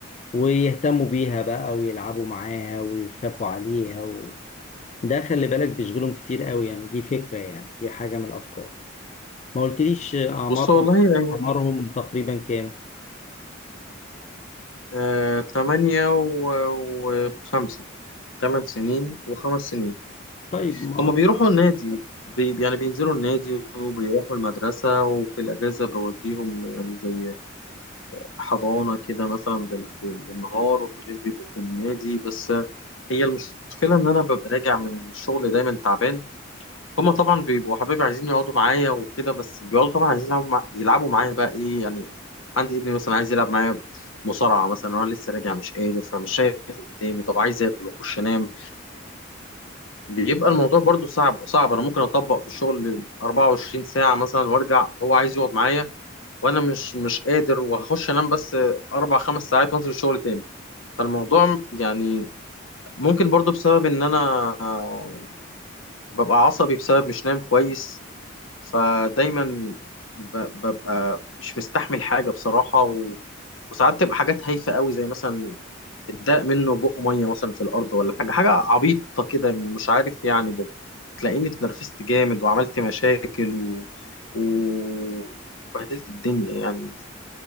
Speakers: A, on the left (about 35°); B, on the left (about 80°).
A: ويهتموا بيها بقى ويلعبوا معاها ويخافوا عليها و... ده خلي بالك بيشغلهم كتير قوي يعني دي فكرة يعني دي حاجة من الأفكار ما قلتليش أعمارهم
B: بص والله يعني
A: أعمارهم تقريبا كام؟
B: آه، تمانية و- وخمسة تمن سنين وخمس سنين
A: طيب ما
B: هما بيروحوا النادي بي يعني بينزلوا النادي وبيروحوا المدرسة وفي الأجازة بوديهم يعني زي حضانة كده مثلا بال- بال- بالنهار وبالليل بيبقوا في النادي بس هي المشكلة إن أنا ببقى راجع من الشغل دايما تعبان هما طبعا بيبقوا حبايبي عايزين يقعدوا معايا وكده بس بيقعدوا طبعا عايزين يلعبوا مع... يلعبوا معايا بقى ايه يعني عندي ابني مثلا عايز يلعب معايا مصارعة مثلا وانا لسه راجع مش قادر فمش شايف قدامي طب عايز اكل واخش انام وبيبقى الموضوع برضو صعب صعب انا ممكن اطبق في الشغل 24 ساعة مثلا وارجع هو عايز يقعد معايا وانا مش مش قادر وهخش انام بس اربع خمس ساعات وانزل الشغل تاني فالموضوع يعني ممكن برضو بسبب ان انا آه، ببقى عصبي بسبب مش نايم كويس فدايما ب- ببقى مش مستحمل حاجة بصراحة و... وساعات تبقى حاجات هايفة قوي زي مثلا اتضاق منه بق مية مثلا في الأرض ولا حاجة حاجة عبيطة كده مش عارف يعني ب- تلاقيني اتنرفزت جامد وعملت مشاكل و... و- وبهدلت الدنيا يعني